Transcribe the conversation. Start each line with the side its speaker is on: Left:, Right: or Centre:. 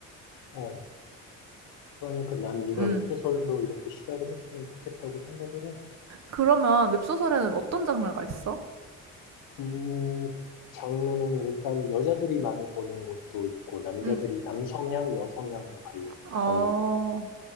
Left: 어, 그러니까 난 네가
Right: 응.
Left: 웹소설로 이렇게 시작을 했으면 좋겠다고 생각을 해.
Right: 그러면 웹소설에는 어떤 장르가 있어?
Left: 음, 장르는 일단 여자들이 많이 보는 것도 있고 남자들이
Right: 응.
Left: 남성향, 여성향으로 갈려.
Right: 아,
Left: 장르는